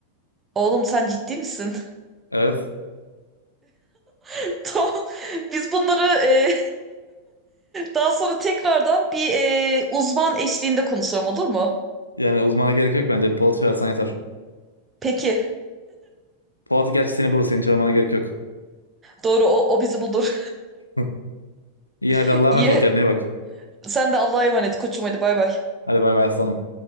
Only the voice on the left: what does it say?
Evet.
Yani uzmana gerek yok bence. Polat Şoyarsan yeter.
Polat gerçi seni bulur. Seni çağırmana gerek yok.
<laughs> İyi
hadi Allah'a emanet
ol. Kendine iyi bak.
Hadi bay bay aslanım.